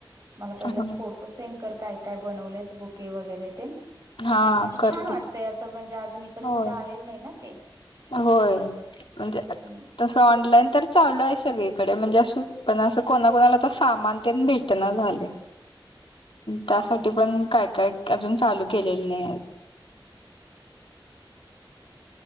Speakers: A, on the right; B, on the left.
A: मला पहिला
B: हा
A: फोट टोज सेंड कर काय काय बनवलेस बुके वगैरे ते म्हणजे
B: हा करतो
A: छान वाट ते असं म्हणजे अजून इकडं
B: होय.
A: कुठे आलेलं नाही ना ते
B: होय म्हणजे
A: हम्म.
B: आत तस ऑनलाईन तर चालू आहे सगळीकडे म्हणजे पण असं कोणाकणाला तर सामान भेटली झालय
A: <inaudible>
B: त्यासाठी पण काय काय अजून चालू केलेले नाही आहेत.